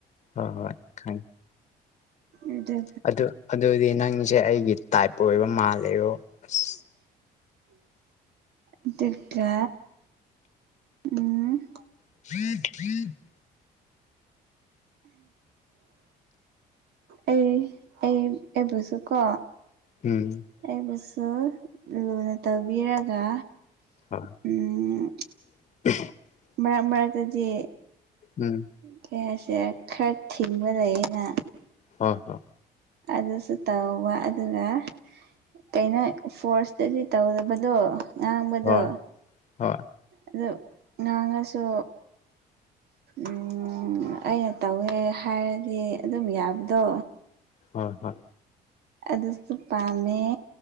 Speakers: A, on the left; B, on the right.
A: ꯍꯣꯏ ꯍꯣꯏ ꯈꯪ
B: ꯑꯗꯨ
A: ꯑꯗꯨ ꯑꯗꯨꯗꯤ ꯅꯪꯁꯦ ꯑꯩꯒꯤ ꯇꯥꯏꯞ ꯑꯣꯏꯕ ꯃꯥꯜꯂꯦꯔꯣ ꯑꯁ
B: ꯑꯗꯨꯒ ꯎꯝ
A: <unintelligible>
B: ꯑꯩ ꯑꯩ ꯑꯦꯕꯨꯁꯨ ꯀꯣ
A: ꯎꯝ
B: ꯑꯩꯕꯨꯁꯨ ꯂꯨꯅ ꯇꯧꯕꯤꯔꯒ
A: ꯍꯣꯏ
B: ꯎꯝ
A: <inaudible>
B: ꯃꯔꯛ ꯃꯔꯛꯇꯗꯤ
A: ꯎꯝ
B: ꯀꯩꯘꯥꯏꯁꯤꯔ ꯈꯔ ꯊꯤꯡꯕ ꯂꯩꯌꯦꯅ
A: ꯍꯣꯏ ꯍꯣꯏ
B: ꯑꯗꯨꯁꯨ ꯇꯧꯕ ꯑꯗꯨꯒ ꯀꯩꯅꯣ ꯐꯣꯔꯁꯇꯒꯤ ꯇꯧꯗꯕꯗꯣ ꯉꯥꯡꯕꯗꯣ
A: ꯍꯣꯏ ꯍꯣꯏ
B: ꯑꯗꯨ ꯉꯉꯁꯨ ꯎꯝ ꯑꯩꯅ ꯇꯧꯋꯦ ꯍꯥꯏꯔꯗꯤ ꯑꯗꯨꯝ ꯌꯥꯕꯗꯣ
A: ꯍꯣꯏ ꯍꯣꯏ
B: ꯑꯗꯨꯁꯨ ꯄꯥꯝꯃꯦ